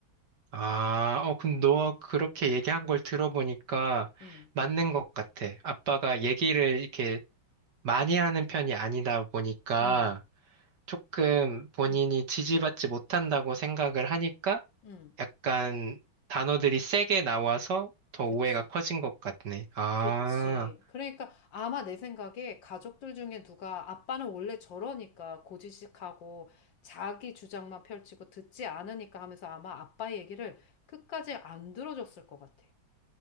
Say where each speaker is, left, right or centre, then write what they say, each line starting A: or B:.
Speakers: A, on the right (about 60°); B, on the left (about 70°).
A: 아, 어, 근데 너 그렇게 얘기한 걸 들어보니까
B: 음,
A: 맞는 것 같아. 아빠가 얘기를 이렇게 많이 하는 편이 아니다 보니까
B: 음,
A: 조금 본인이
B: 음,
A: 지지받지 못한다고 생각을 하니까
B: 음,
A: 약간 단어들이 세게 나와서 더
B: 그치.
A: 오해가 커진 것 같네. 아,
B: 그치. 그러니까 아마 내 생각에 가족들 중에 누가 아빠는 원래 저러니까 고지식하고 자기 주장만 펼치고 듣지 않으니까 하면서 아마 아빠 얘기를 끝까지 안 들어줬을 것 같아.